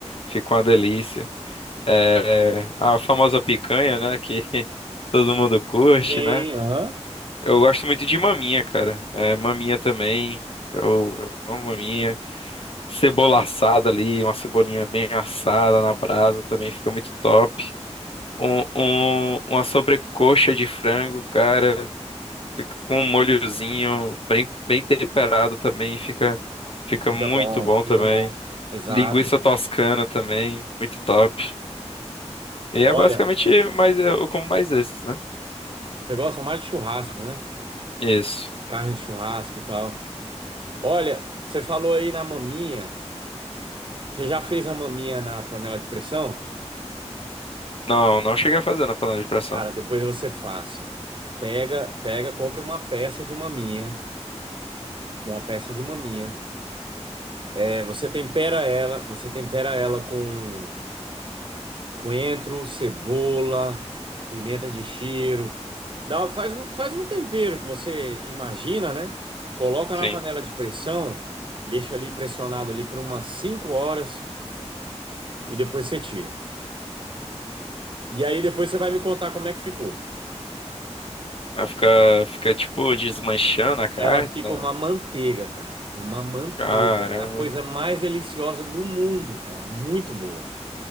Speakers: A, on the left; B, on the right.
A: fica uma delícia. É, a famosa picanha, né? Que <laughs> todo mundo curte,
B: Sim,
A: né?
B: aham.
A: Eu gosto muito de maminha, cara. É, maminha também. Eu, eu amo maminha. Cebola assada ali, uma cebolinha bem assada na brasa também fica muito top. Um, um- uma sobrecoxa de frango, cara, fica com um molhozinho bem, bem temperado também, fica, fica
B: Fica
A: muito
B: bom,
A: bom
B: fica
A: também.
B: bom. Exato.
A: Linguiça toscana também, muito top. E é
B: Olha,
A: basicamente mais, é, eu como mais esses, né?
B: você gosta mais de churrasco, né?
A: Isso.
B: Carne de churrasco e tal. Olha, você falou aí na maminha. Você já fez a maminha na panela de pressão?
A: Não, não cheguei a fazer na panela de pressão.
B: Cara, depois você faça. Pega, pega, compra uma peça de maminha, uma peça de maminha. É, você tempera ela, você tempera ela com coentro, cebola, pimenta de cheiro. Dá, faz um, faz um tempero que você imagina, né? Coloca
A: Sim.
B: na panela de pressão, deixa ali pressionado ali por umas 5 horas e depois você tira. E aí depois você vai me contar como é que ficou.
A: Ela fica, fica tipo desmanchando a carne,
B: Ela fica
A: né?
B: uma manteiga, cara. Uma manteiga.
A: Caramba.
B: A coisa mais deliciosa do mundo, cara. Muito boa.